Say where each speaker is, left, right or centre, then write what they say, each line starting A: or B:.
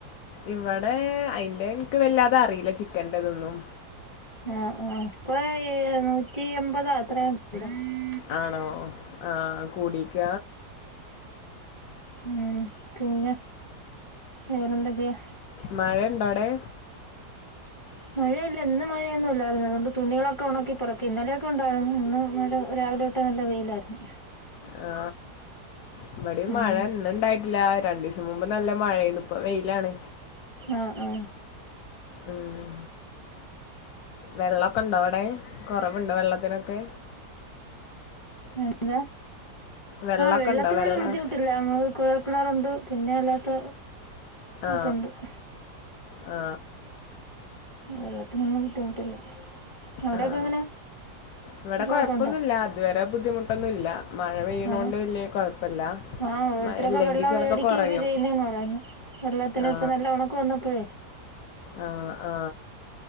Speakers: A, on the left (about 75°); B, on the left (about 35°).
A: ഇവിടെ അയിന്റെ എനിക്ക് വല്ലാതെ അറിയില്ല ചി ക്കന്റതൊന്നും
B: ആ ആ ഇപ്പൊ ഏ നൂറ്റി എമ്പതാ അത്ര <unintelligible>
A: ആണോ ആ കൂടീക്ക
B: ഉം പിന്നെ വേറെ എന്തൊക്കെയാ?
A: മഴ ഉണ്ടോ അവിടെ?
B: മഴയില്ല ഇന്ന് മഴയൊന്നും ഇല്ലായിരുന്നു അതുകൊണ്ട് തുണികളൊക്കെ ഉണക്കി പറുക്കി ഇന്നലെയൊക്കെ ഉണ്ടായിരുന്നു ഇന്ന് മഴ രാവിലെ തൊട്ടേ നല്ല വെയിലായിരുന്നു.
A: ആ ഇവിടെയും
B: ഉം
A: മഴ ഇന്നു ഉണ്ടായിട്ടില്ല രണ്ട് ദിവസം മുമ്പ് നല്ല മഴയാന്ന് ഇപ്പൊ വെയിലാണ്.
B: ആ ആ
A: ഉം വെള്ളമൊക്കെ ഉണ്ടോ അവിടെ കുറവുണ്ടോ വെള്ളത്തിനൊക്കെ
B: എന്താ
A: വെള്ളമൊക്കെ
B: ആ വെള്ളത്തിനൊന്നും
A: ഉണ്ടോ വെള്ളം
B: ബുദ്ധിമുട്ടില്ല നമ്മക്ക് കുഴൽകിണറുണ്ട് പിന്നെ അല്ലാത്ത
A: ആ
B: ഒക്കെ ഉണ്ട്
A: ആ
B: വെള്ളത്തിനെന്നും ബുദ്ധിമുട്ടില്ല. അവിടെയൊക്കെ
A: ആ
B: എങ്ങനെ
A: ഇവിടെ
B: വെള്ളമൊക്കെ
A: കൊഴപ്പൊന്നുമല്ല
B: ഉണ്ടോ
A: അതുവരെ ബുദ്ധിമുട്ടൊന്നുംല്ല മഴ പെയ്യണോണ്ട്
B: ആ
A: വലിയ കൊഴപ്പില്ല
B: ആ ഓരോരുത്തരൊക്കെ
A: മഴ ഇല്ലെങ്കിൽ
B: വെള്ളം
A: ചിലപ്പോ
B: മേടിക്കുകയൊക്കെ
A: കുറയും
B: ചെയ്യുന്നതെന്ന് പറയുന്നു വെള്ളത്തിന്
A: ആ
B: ഇപ്പം നല്ല ഉണക്ക് വന്നപ്പോഴേ
A: ആ ആ